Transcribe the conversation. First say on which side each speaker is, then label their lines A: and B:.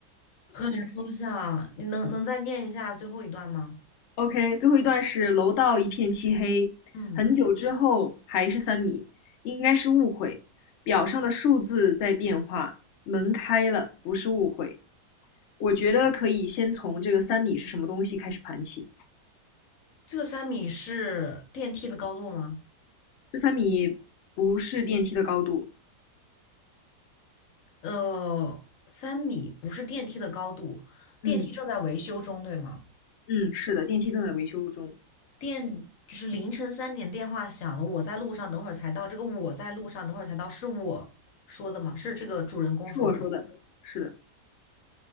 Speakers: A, on the left; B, on the left.
A: 很抽象。你能能再念一下最后一段吗？
B: OK，最后一段是楼道一片漆黑，
A: 嗯，
B: 很久之后还是三米，应该是误会。表上的数字在变化，门开了，不是误会。我觉得可以先从这个三米是什么东西开始盘起。
A: 这个三米是电梯的高度吗？
B: 这三米不是电梯的高度。
A: 呃，三米不是电梯的高度，
B: 嗯
A: 电梯正在维修中，对吗？
B: 嗯，是的，电梯正在维修中，
A: 电就是凌晨三点电话响了，我在路上，等会儿才到。这个我在路上，等会儿才到，是我说的吗？是这个主人公说的，
B: 是我说的，是的，